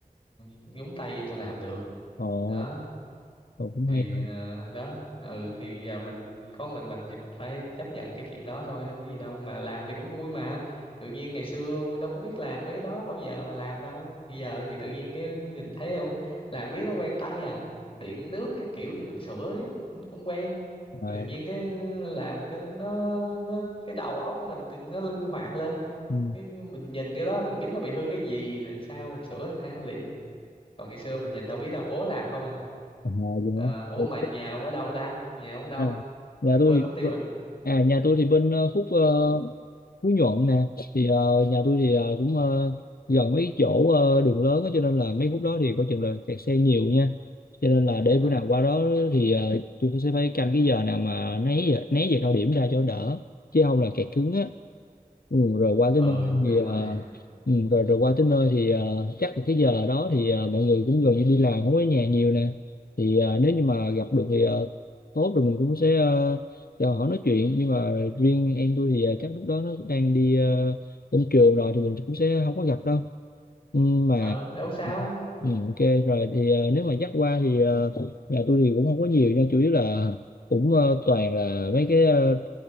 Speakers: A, on the left; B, on the left.
A: nhúng tay vô tôi làm được
B: Ồ,
A: đó
B: cậu cũng
A: thì
B: hay thôi.
A: ờ, đó ừ thì giờ mình có mình mình thì mình phải chấp nhận cái chuyện đó thôi đâu có gì đâu mà làm thì cũng vui mà tự nhiên ngày xưa đâu có biết làm mấy cái đó bao giờ mà làm đâu bây giờ thì tự nhiên cái nhìn thấy đâu làm riết nó quen tay à điện nước các kiểu gì mình sửa riết cũng cũng quen
B: À,
A: tự nhiên cái làm cái nó nó cái đầu óc của mình thì nó linh hoạt lên
B: ừ.
A: cái mình nhìn cái đó mình biết nó bị hư cái gì rồi sao mình sửa làm sao liền còn ngày xưa mình nhìn đâu biết là bố làm không à
B: ở nhà gì
A: Ờ,
B: đó.
A: ủa
B: Ừ.
A: mà nhà ông ở đâu ta? Nhà ông đâu?
B: À, nhà tôi
A: Quên
B: thì
A: mất tiêu
B: bên-
A: rồi.
B: à nhà tôi thì bên ờ, khúc ờ, Phú Nhuận nè thì ờ, nhà tôi thì ờ, cũng ờ, gần mấy chỗ ờ, đường lớn á, cho nên là mấy khúc đó thì coi chừng là kẹt xe nhiều nha cho nên là để
A: À,
B: bữa nào qua đó thì ờ, tôi sẽ phải canh cái giờ nào mà né giờ- né giờ cao điểm ra cho đỡ chứ không là kẹt cứng á Ừ, rồi qua
A: ừ,
B: tới nơi
A: đúng
B: thì
A: rồi.
B: ờ, ừ, rồi rồi qua tới nơi thì ờ, chắc là cái giờ đó thì ờ, mọi người cũng gần như đi làm không có ở nhà nhiều nè thì ờ, nếu như mà gặp được thì ờ, tốt rồi mình cũng sẽ uh, cho họ nói chuyện nhưng mà riêng em tôi thì ờ, chắc lúc đó nó đang đi ờ, lên trường rồi thì mình cũng sẽ không có gặp đâu ừ, mà
A: Ờ, đâu sao.
B: ừ, ok rồi thì ờ, nếu mà dắt qua thì ờ, nhà tôi thì cũng không có nhiều nha chủ yếu là cũng ờ, toàn là mấy cái ờ,